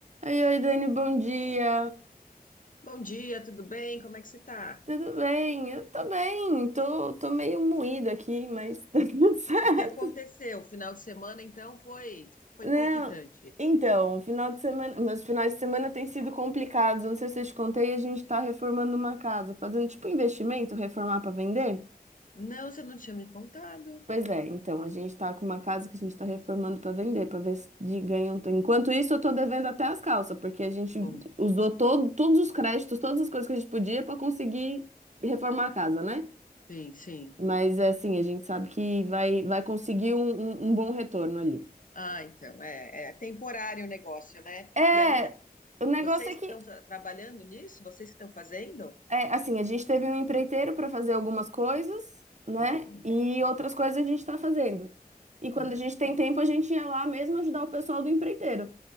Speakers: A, on the right; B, on the left.
A: Oi, oi, Dani, bom dia.
B: Bom dia, tudo bem? Como é que você tá?
A: Tudo bem? Eu tô bem, tô, tô meio moída aqui, mas <laughs> tá tudo certo.
B: O que aconteceu? O final de semana, então, foi foi
A: Não,
B: palpitante.
A: então, final de semana, meus finais de semana têm sido complicados. Eu Não sei se eu te contei, a gente tá reformando uma casa, fazendo tipo investimento, reformar pra vender.
B: Não, você não tinha me contado.
A: Pois é, então, a gente tá com uma casa que a gente tá reformando pra vender, pra ver se de ganha um... Enquanto isso, eu tô devendo até as calças, porque a gente
B: Putz.
A: usou todo, todos os créditos, todas as coisas que a gente podia pra conseguir reformar a casa, né?
B: Sim, sim.
A: Mas assim, a gente sabe que vai, vai conseguir um, um- um bom retorno ali.
B: Ah, então, é, é temporário o negócio, né?
A: É,
B: E ainda,
A: o negócio
B: vocês
A: é que,
B: que estão tra- trabalhando nisso, vocês que estão fazendo?
A: é, assim, a gente teve um empreiteiro para fazer algumas coisas, né?
B: Uhum.
A: E outras coisas a gente está fazendo. E quando
B: Ah,
A: a gente tem tempo, a gente ia lá mesmo ajudar o pessoal do empreiteiro